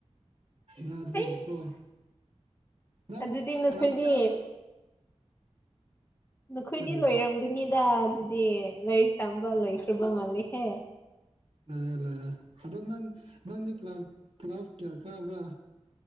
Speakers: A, on the right; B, on the left.
A: ꯌꯥꯗ꯭ꯔꯦꯕꯀꯣ
B: ꯑꯩꯁ
A: ꯅꯪ
B: ꯑꯗꯨꯗꯤ ꯅꯈꯣꯏꯗꯤ
A: ꯀ꯭ꯂꯥꯁ ꯀꯌꯥ
B: ꯅꯈꯣꯏꯗꯤ
A: ꯀꯔꯤ
B: ꯂꯣꯏꯔꯝꯒꯅꯤꯗ ꯑꯗꯨꯗꯤ ꯂꯥꯏꯔꯤꯛ ꯇꯝꯕ ꯂꯣꯏꯈ꯭ꯔꯕ ꯃꯥꯜꯂꯤꯍꯦ
A: ꯂꯣꯏꯔꯦ ꯂꯣꯏꯔꯦ ꯑꯗꯣ ꯅꯪ ꯅꯪꯗꯤ ꯀ꯭ꯂꯥꯁ ꯀ꯭ꯂꯥꯁ ꯀꯌꯥ ꯀꯥꯕ꯭ꯔꯥ